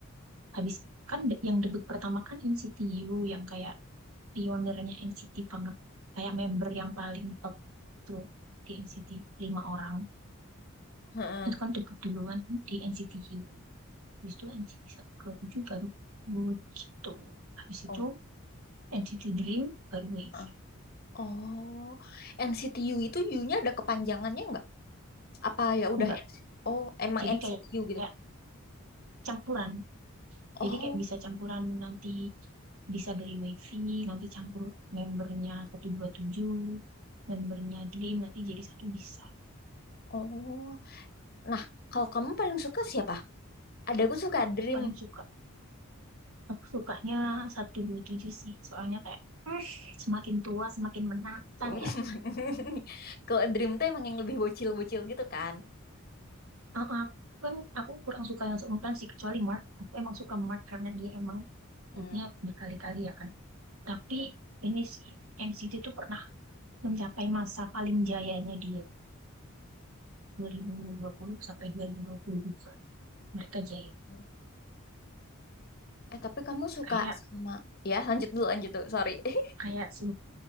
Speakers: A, on the right (about 75°); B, on the left (about 45°).
A: Habis kan de- yang debut pertama kan NCTU yang kayak pionirnya NCT banget. Kayak member yang paling top itu di NCT lima orang.
B: Heeh,
A: itu kan debut duluan di NCTU habis itu NCT 127 baru Wood gitu habis itu
B: oh,
A: NCT Dream baru Wave
B: heeh. Oh, NCT U itu U-nya ada kepanjangannya nggak? Apa ya udah
A: enggak
B: NCT? Oh, emang
A: jadi
B: NCT
A: kayak,
B: U gitu.
A: kayak campuran
B: Oh,
A: jadi kayak bisa campuran nanti bisa dari Wavy nanti campur membernya 127 membernya Dream nanti jadi satu bisa
B: oh. Nah, kalau kamu paling suka siapa? Ada aku suka Dream.
A: paling suka aku sukanya 127 sih soalnya kayak "Hmm, semakin tua semakin menantang
B: <laughs>
A: ya
B: Kalau Dream tuh emang yang lebih bocil-bocil gitu kan.
A: Ah, ah, aku kan aku kurang suka yang seumuran sih kecuali Mark. Aku emang suka Mark karena dia emang grupnya
B: Hmm.
A: berkali-kali ya kan. Tapi
B: Hmm.
A: ini sih NCT itu pernah mencapai masa paling jayanya dia 2020 sampai 2022. Mereka jaya.
B: Hmm. Eh, tapi kamu suka
A: Kayak
B: sama ya, lanjut dulu, lanjut dulu. Sorry. <laughs>
A: kayak sem-